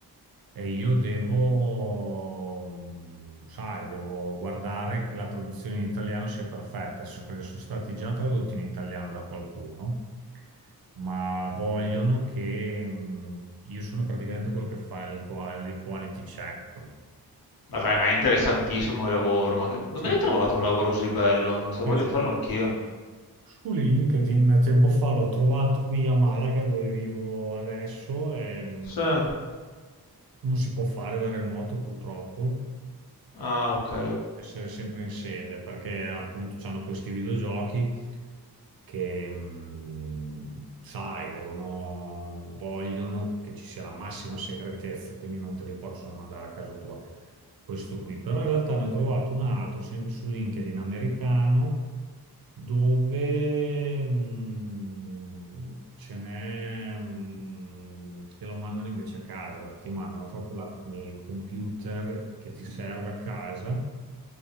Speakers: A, on the right; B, on the left.
A: e io devo, mh, sai, devo guardare che la traduzione in italiano sia perfetta, so- perché sono stati già tradotti in italiano da qualcuno, ma vogliono che, mh, io sono praticamente quello che fa il qual- il quality check.
B: Vabbè, ma è interessantissimo il lavoro. Ma che... Non
A: Sì.
B: me ne hai trovato un lavoro così bello? Cioè,
A: Eh,
B: voglio
A: su,
B: farlo anch'io.
A: su LinkedIn tempo fa l'ho trovato qui a Malaga dove vivo adesso e mh,
B: Sì.
A: non si può fare da remoto purtroppo.
B: Ah, ok.
A: essere sempre in sede perché appunto c'hanno questi videogiochi che mh, sai, devono, vogliono che ci sia la massima segretezza, quindi non te li possono mandare a casa tua. Questo qui, però in realtà ne ho trovato un altro sempre su LinkedIn americano dove mh, ce n'è, mh, te lo mandano invece a casa, ti mandano proprio la- il computer che ti serve a casa